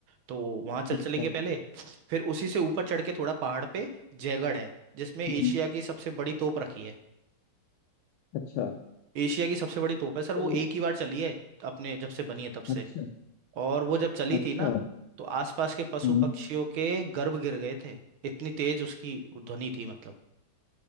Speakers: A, on the right; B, on the left.
A: तो वहां चल
B: अच्छा
A: चलेंगे पहले फिर उसी से ऊपर चढ़ के थोड़ा पहाड़ पे जयगढ़ है जिसमें एशिया
B: हम्म
A: की सबसे बड़ी तोप रखी है
B: अच्छा
A: एशिया की सबसे बड़ी तोप है सर
B: तो
A: वो
B: ये
A: एक ही बार चली है अपने जब से बनी है तब से
B: अच्छा
A: और वो जब चली
B: अच्छा
A: थी ना तो आसपास के पशु
B: हम्म
A: पक्षियों के गर्भ गिर गए थे इतनी तेज उसकी ध्वनि थी मतलब